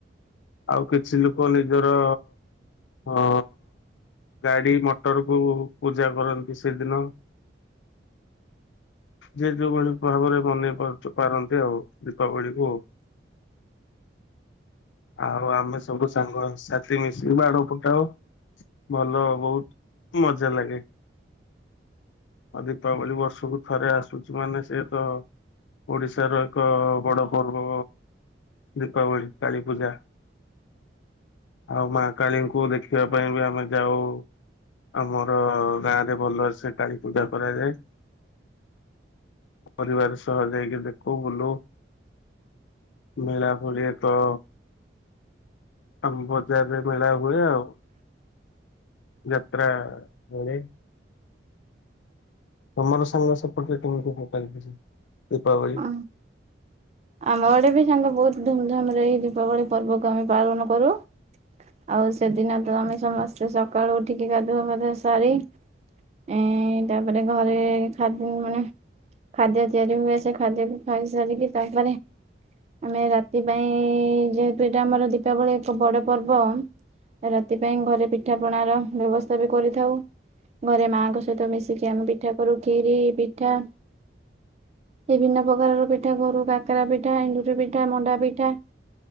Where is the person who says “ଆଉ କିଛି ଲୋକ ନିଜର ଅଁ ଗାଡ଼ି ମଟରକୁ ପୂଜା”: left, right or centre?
Left